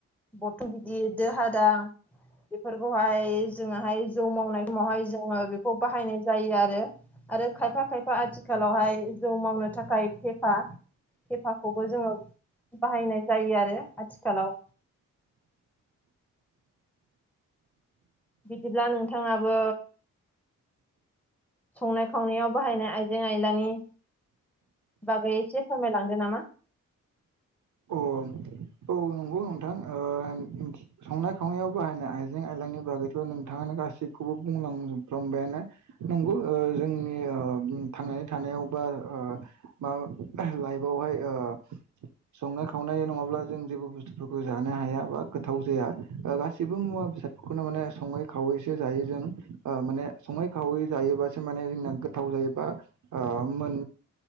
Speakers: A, in the centre; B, on the right.
A: बथल गिदिर दो हादां बेफोरखौहाय जोङोहाय जौ मावनाय समावहाय जोङो बेखौ बाहायनाय जायो आरो। आरो खायफा-खायफा आथिखालावहाय जौ मावनो थाखाय फेफा फेफाखौबो जोङो बाहायनाय जायो आरो आथिखालाव। बिदिब्ला नोंथाङाबो संनाय खावनायाव बाहायनाय आयजें आयलानि बागै एसे फोरमायलांदो नामा?
B: अ औ नंगौ नोंथां ओ <unintelligible> संनाय खावनायाव बाहायनाय आइजें आयलांनि बागैथ' नोंथाङानो गासैखौबो बुंलांजोबफ्रामबायानो। नंगौ ओ जोंनि ओ थांनानै थानायाव बा ओ मा लायबयावहाय ओ संनाय खावनाय नङाब्ला जों जेबो बुस्थुफोरखौ जानो हाया बा गोथाव जाया ओ गासिबो मुवा बेसाद खुनुनो माने सङै खावैसो जायो जों ओ माने स'ङै खावै जायोबासो माने जोंना गो थाव जायोबा ओ मोन